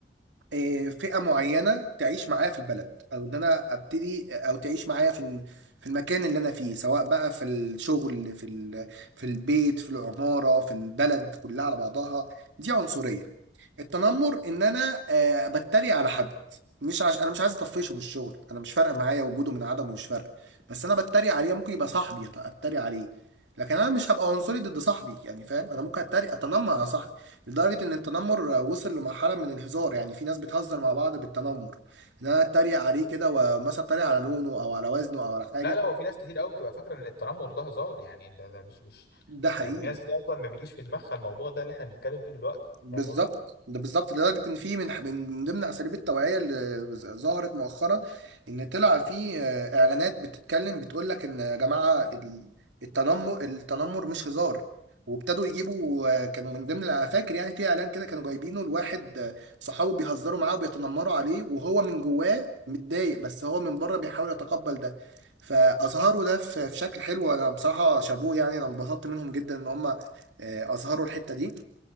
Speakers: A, on the right; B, on the left.
A: آه، فئه معينه تعيش معايا في البلد او ان انا ابتدي او تعيش معايا في الم- في المكان اللي انا فيه سواء بقى في الشغل في ال- في البيت في العماره في البلد كلها على بعضها دي عنصريه التنمر ان انا آه، بتريق على حد مش عش... انا مش عايز اطفشه من الشغل انا مش فارقه معايا وجوده من عدمه مش فارقه بس انا بتريق عليه ممكن يبقى صاحبي يت- اتريق عليه لكن انا مش هبقى عنصري ضد صاحبي يعني فاهم انا ممكن اتريق اتنمر على صاحبي لدرجه ان التنمر آه، وصل لمرحله من الهزار يعني في ناس بتهزر مع بعض بالتنمر ان انا اتريق عليه كده ومثلا اتريق على لونه او على وزنه او على حاجه
B: لا لا هو في ناس كتير قوي بتبقى فاكره ان التنمر ده هزار يعني ده, ده مش مش
A: ده حقيقي
B: يعني في ناس كتير اصلا ما بيجيش في دماغها الموضوع ده اللي احنا بنتكلم فيه دلوقتي
A: بالظبط
B: فاهم قصدي
A: ده بالظبط لدرجة إن في من من ضمن أساليب التوعية اللي ظهرت مؤخرا إن طلع في آه، إعلانات بتتكلم بتقول لك إن يا جماعة ال- التنمر التنمر مش هزار وابتدوا يجيبوا آه، كانوا من ضمن أنا فاكر يعني في إعلان كده كانوا جايبينه لواحد آه، صحابه بيهزروا معاه وبيتنمروا عليه وهو من جواه متضايق بس هو من بره بيحاول يتقبل ده فأظهروا ده في في شكل حلو أنا بصراحة شابوه يعني أنا انبسطت منهم جدا إن هم آه، أظهروا الحتة دي